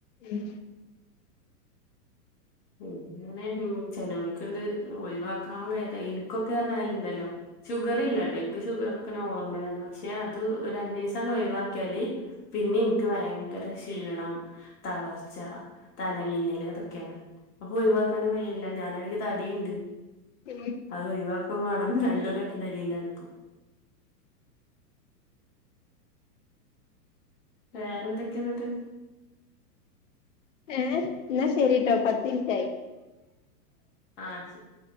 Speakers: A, on the left; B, on the left.
A: മ്മ്
B: പിന്നെങ്ങനെ മ്മ് ചേലോല്ക്ക്ണ്ട് ഒഴിവാക്കാ കഴിയാത്ത ഇന്ക്കൊക്കെറ്ഞ്ഞാല്ണ്ടല്ലോ ഷുഗർ ഇല്ലട്ടോ ഇന്ക്ക് ഷുഗറൊക്കെ നോർമലാണ് പക്ഷെ അത് രണ്ടീസാണ്ട് ഒഴിവാക്കിയാല് പിന്നെനിക്ക് ഭയങ്കര ക്ഷീണം തളർച്ച തലമിന്നല് അതൊക്കെയാണ് അപ്പൊ ഒഴിവാക്കാനും കയ്യ്ണ്ല്ല ഞാനാണെങ്കി തടിണ്ട്
A: ഉം
B: അത് ഒഴിവാ ക്കും വാണം രണ്ടും കെട്ട നെലിലാണ്പ്പോ വേറെന്തൊക്കെ ഇന്നട്ട്
A: ഏഹ് ഇന്നാ ശെരിട്ടോ പത്തിന് റ്റായി
B: ആഹ്